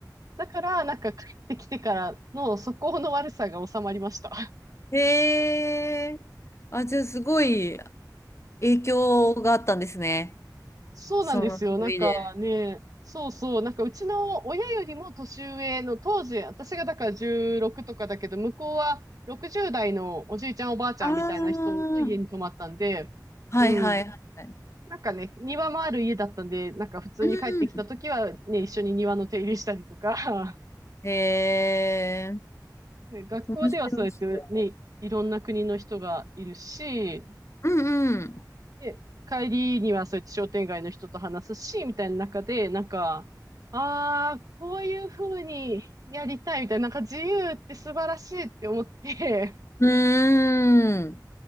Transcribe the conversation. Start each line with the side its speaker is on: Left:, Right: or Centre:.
Right: だから、なんか、帰ってきてからの素行の悪さが収まりました。
Left: へえ。あ、じゃあ、すごい影響があったんですね。
Right: そうなんですよ。
Left: その旅で。
Right: なんかね、そうそう。なんかうちの親よりも年上の当時、私がだから16とかだけど、向こうは60代のおじいちゃんおばあちゃんみたいな人の家に泊まったんで、
Left: ああ、はい、
Right: うん。
Left: はい、はい。
Right: なんかね、庭もある家だったんで、なんか普通に帰ってきた時はね、
Left: うん。
Right: 一緒に庭の手入れしたりとか、
Left: へえ。
Right: <laughs> ね、学校ではそうやってね、
Left: 面白そ
Right: いろんな国の人がいるし、
Left: う。うんうん。
Right: で、帰りにはそうやって商店街の人と話すし、みたいな中で、なんか、ああ、こういう風にやりたいみたいな、なんか自由って素晴らしいって思って、
Left: うーん。